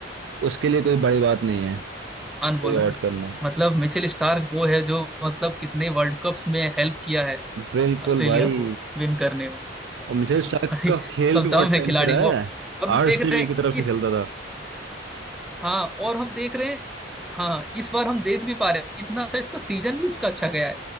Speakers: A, on the right (about 75°); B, in the centre.
A: उसके लिए कोई बड़ी बात नहीं है कोई
B: महान बॉलर
A: आउट
B: है
A: करना
B: मतलब मिचेल स्टार्क वो है जो मतलब कितने वर्ल्ड कप्स में हेल्प किया है
A: बिल्कुल
B: ऑस्ट्रेलिया
A: भाई
B: को विन करने में
A: और मिचेल
B: तो
A: स्टार्क
B: भाई
A: का
B: मतलब
A: खेल भी बहुत
B: दम है
A: टाइम
B: खिलाड़ी
A: से रहा
B: में और
A: है
B: हम
A: आरसीबी
B: देख रहे हैं
A: की तरफ से
B: इस
A: खेलता था
B: हाँ और हम देख रहे हैं हाँ इस बार हम देख भी पा रहे हैं इतना अच्छा इसका सीजन भी इसका अच्छा गया है